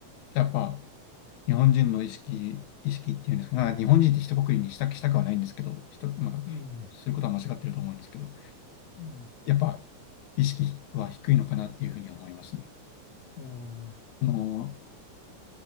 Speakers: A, on the left; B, on the left.
A: やっぱ日本人の意識、意識っていうんですか、なんか日本人って一括りにしたく、したくはないんですけど、ひと、まあ、
B: うん、
A: することは間違ってると思うんですけど、
B: うん、
A: やっぱ意識は低いのかなっていうふうには思いますね。
B: うん。
A: あの、